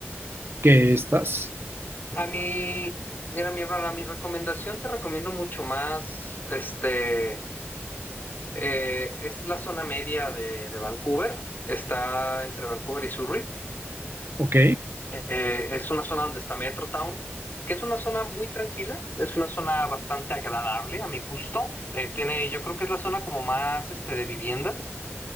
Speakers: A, on the right; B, on the left.
A: que estas?
B: A mí, mira, mi hermana, mi recomendación te recomiendo mucho más, este, eh, es la zona media de, de Vancouver, está entre Vancouver y Surrey,
A: Ok,
B: Eh, es una zona donde está Metro Town, que es una zona muy tranquila, es una zona bastante agradable a mi gusto, Eh, tiene, yo creo que es la zona como más, este, de viviendas,